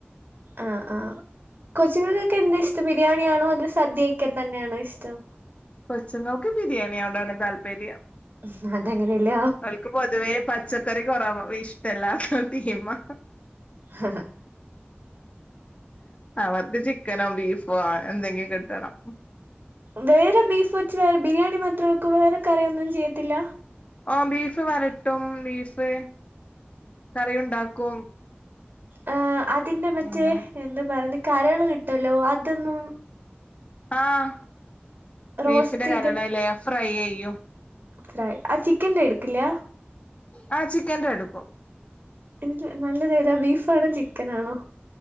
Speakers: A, on the right; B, on the left.
A: ആ ആ കൊച്ചുകൾക്കൊക്കെ എന്താ ഇഷ്ടം ബിരിയാണിയാണോ അത് സദ്യയൊക്കെ തന്നെയാണോ ഇഷ്ടം
B: കൊച്ചുങ്ങക്ക് ബിരിയാണിയോടാആണ് താല്പര്യം
A: ഹും അതങ്ങനെഅല്ലെ
B: ഓൽക്ക് പൊതുവേ പച്ചക്കറി കുറവ ഇഷ്ടല്ല ടീമാ
A: ഹ് ഹാ
B: അവർക്ക് ചിക്കനോ ബീഫോ എന്തെങ്കിലും കിട്ടണം
A: വേറെ ബീഫ് വച്ച് വേറെ ബിരിയാണി മാത്രം വെക്കൂ വേറെ കറിയൊ ഒന്നും ചെയ്യത്തില്ല
B: ഓ ബീഫ് വരട്ടും ബീഫ് കറി ഉണ്ടാക്കും
A: ആ അതിന്റെ മറ്റേ
B: അങ്ങനെ
A: എന്താ പറഞ് കരള് കിട്ടല്ലോ അതൊന്നും
B: ആഹ്
A: റോസ്റ്റ്
B: ബീഫിന്റെ
A: ചെയ്ത്
B: കരളല്ലേ ഫ്രൈ ചെയ്യും
A: ഫ്രൈ ആ ചിക്കന്റെ എടുക്കില്ല
B: ആ ചിക്കന്റെ എടുക്കും
A: എന്നിട്ട് നല്ലദേതാ ബീഫാണോ ചിക്കനാണോ